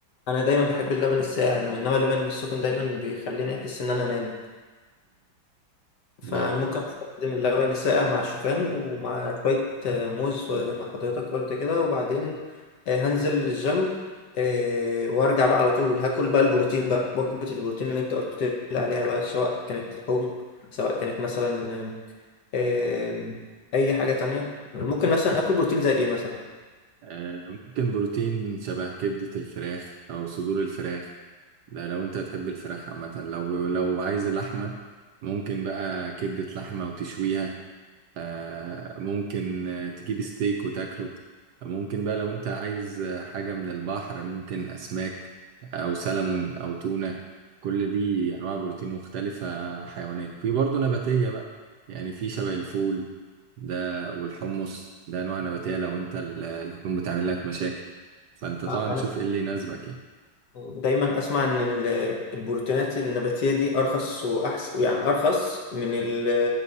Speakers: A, on the left (about 60°); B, on the right (about 70°).
A: انا دايما بحب اللبن الساقع انما اللبن السخن دايما بيخليني احس ان انا انام فأنا
B: امم
A: ممكن أستخدم اللبن الساقع مع الشوفان ومع شوية آه، موز زي ما حضرتك قلت كده وبعدين آه، هنزل الجيم آه، وأرجع بقى على طول هاكل بقى البروتين بقى وجبة البروتين اللي أنت قلت لي عليها بقى سواء كانت لحوم سواء كانت مثلا آم، آم، أي حاجة تانية ممكن مثلا آكل بروتين زي إيه مثلا
B: آه، ممكن بروتين شبه كبدة الفراخ أو صدور الفراخ ده لو أنت تحب الفراخ عامة لو لو عايز اللحمة ممكن بقى كبدة لحمة وتشويها آه، ممكن آه، تجيب ستيك وتاكله ممكن بقى لو انت عايز آه، حاجة من البحر ممكن أسماك أو سلمون أو تونة كل دي أنواع بروتين مختلفة حيوانية في برضه نباتية بقى يعني في شبه الفول ده والحمص ده أنواع نباتية لو انت ال- اللحوم بتعمل لك مشاكل فانت طبعا
A: تمام.
B: تشوف ايه اللي يناسبك يعني
A: دايما اسمع ان ال- البروتينات النباتيه دي ارخص واحسن يعني ارخص من ال-